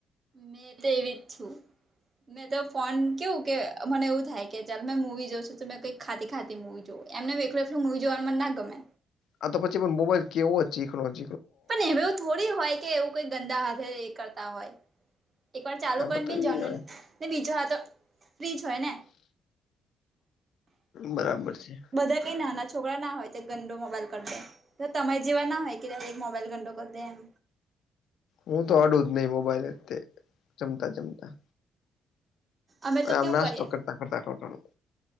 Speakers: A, on the right; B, on the left.
A: મેં તે એવી છું. મેં તો ફોન કેવું કે મને એવું થાય કે ચાલ મેં મૂવી જોશું તો મે કઈક ખાતી ખાતી મુૂવી જોવુ. એમને એકું એ મુવી જોવાનું મન ના ગમે.
B: આ તો પછી પણ મોબાઈલ કેવો જ
A: એમવ થોડી હોય કે કઈ ગંદા હાથે કરતા હોય. એક વાર ચાલુ
B: આ
A: કરી
B: બધો
A: ને બે જવાનુંને
B: ઈ હવે
A: બીજો હા તો ફ્રીજ હોય ને
B: બરાબર છે.
A: બધા કઈ નાના છોકરા ના હોય. તે ગંડો મોબાઈલ કર દે તો તમારે જેવા ના હોય કે એક મોબાઈલ ગંડો કરી દે એમ
B: હું તો અડુ જ નહી. મોબાઈલ તે જમતા જમતા
A: અમે તો
B: આમ
A: કેવું
B: નાસ્તો
A: કરીએ
B: કરતા કરતા ટોટલમાં